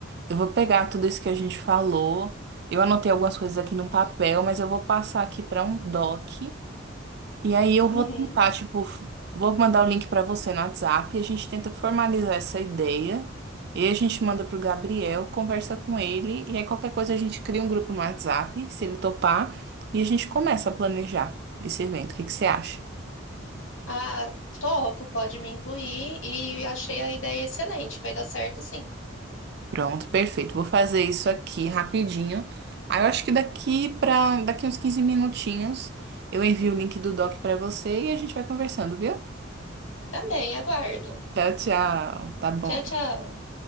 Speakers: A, on the right; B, on the left.
A: Eu vou pegar tudo isso que a gente falou. Eu anotei algumas coisas aqui num papel, mas eu vou passar aqui para um doc. E aí eu
B: Uhum.
A: vou tentar, tipo, f- vou mandar o link pra você no WhatsApp, a gente tenta formalizar essa ideia, e a gente manda pro Gabriel, conversa com ele, e aí qualquer coisa a gente cria um grupo no WhatsApp, se ele topar, e a gente começa a planejar esse evento. O que que você acha?
B: Ah, topo, pode me incluir e achei a ideia excelente. Vai dar certo, sim.
A: Pronto, perfeito. Vou fazer isso aqui rapidinho. Aí eu acho que daqui para daqui uns 15 minutinhos eu envio o link do doc pra você e a gente vai conversando, viu?
B: Também, aguardo.
A: Tchau, tchau. Tá bom.
B: Tchau, tchau.